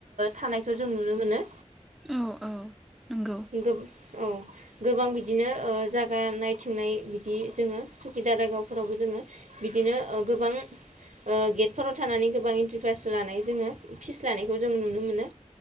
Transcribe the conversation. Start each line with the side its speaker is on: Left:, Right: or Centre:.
Right: थानायखौ जों नुनो मोनो।
Centre: औ औ नंगौ।
Right: नंगौ औ। गोबां बिदिनो जागा नायथिंनाय बिदि जोंङो सुखि दारागावफोरावबो जोंङो बिदिनो ओ गोबां ओ गेटफोराव थानानै गोबां एन्ट्रि पास लानाय जोंङो फिस लानायखौ जों नुनो मोनो